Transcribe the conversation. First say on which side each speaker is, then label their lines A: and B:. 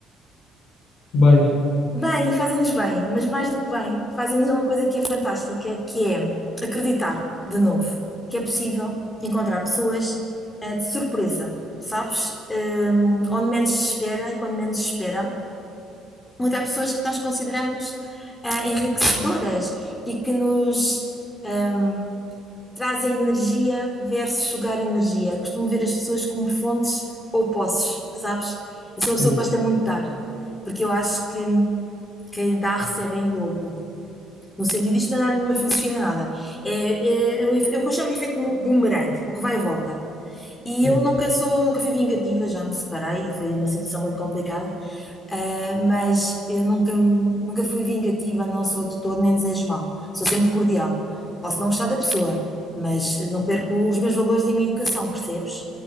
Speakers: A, on the left; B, on the left.
A: Bem,
B: bem, fazem-nos bem, mas mais do que bem, fazem-nos uma coisa que é fantástica, que é acreditar de novo que é possível encontrar pessoas, ah, de surpresa, sabes? Ahm, onde menos se espera e quando menos se espera. mas há pessoas que nós consideramos ah, enriquecedoras e que nos ahm, trazem energia versus sugar energia. Costumo ver as pessoas como fontes ou poços, sabes? Eu sou uma pessoa
A: sim,
B: que gosta muito de dar, porque eu acho que quem dá recebe em dobro. No sentido, isto não é nenhuma filosofia nem nada. É, é, é o efe- é o que eu chamo de efeito mo- boomerang, o que vai e volta. E
A: sim,
B: eu nunca sou, nunca fui vingativa, já me separei e foi uma situação muito complicada. Uh, mas eu nunca, me- nunca fui vingativa, não sou de todo, nem desejo mal. Sou sempre cordial. Posso não gostar da pessoa, mas não perco os meus valores e a minha educação, percebes?